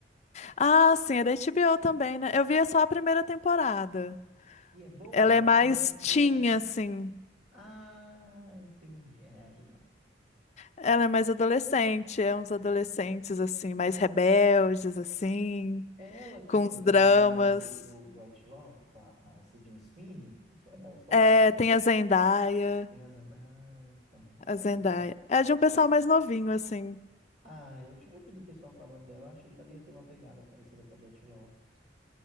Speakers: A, on the left; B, on the right.
A: Ah, sim, é da HBO também, né? Eu via só a primeira temporada.
B: E é boa,
A: Ela é mais
B: falaram
A: teen,
B: que ela é
A: assim.
B: Ah, entendi. É, aí não.
A: Ela é mais adolescente, é uns adolescentes, assim, mais rebeldes, assim,
B: É ela que
A: com
B: tem
A: os dramas.
B: a menina do, do, do White Lotus, a, a Sydney Sweeney, isso é a Euphoria.
A: É, tem a Zendaya.
B: Tem as. an- Ah, então. é.
A: A Zendaya. É de um pessoal mais novinho, assim.
B: Ah, eu tinha ouvido o pessoal falando dela, eu achei que ela ia ter uma pegada parecida com a de White Lotus.